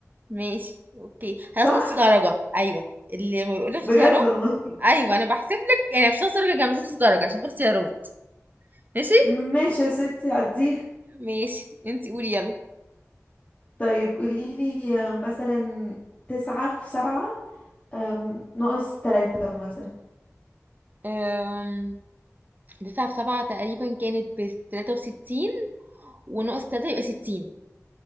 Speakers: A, on the right; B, on the left.
A: ماشي اوكي خلاص
B: صح؟
A: نص درجة ايوه اللي ما بيقولك
B: بجد
A: اختيارات
B: والله
A: ايوه انا بحسب لك يعني مش نص درجة جامد نص درجة عشان في اختيارات ماشي
B: <laughs> ماشي يا ستي عديها
A: ماشي انتي قولي يلا
B: طيب قولي لي آم، مثلا تسعة في سبعة آم، ناقص تلاتة مثلا
A: أم... تسعة في سبعة تقريبا كانت بتلاتة وستين وناقص تلاتة يبقى ستين